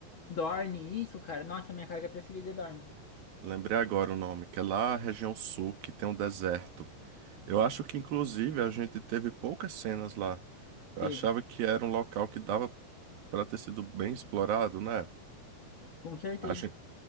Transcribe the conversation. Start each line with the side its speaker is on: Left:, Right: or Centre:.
Left: Dorne, isso, cara. Nossa, minha carga preferida é Dorne.
Right: Lembrei agora o nome, que é lá a região sul, que tem um deserto. Eu acho que, inclusive, a gente teve poucas cenas lá. Eu
Left: Teve.
Right: achava que era um local que dava para ter sido bem explorado, né?
Left: Com certeza.
Right: A gente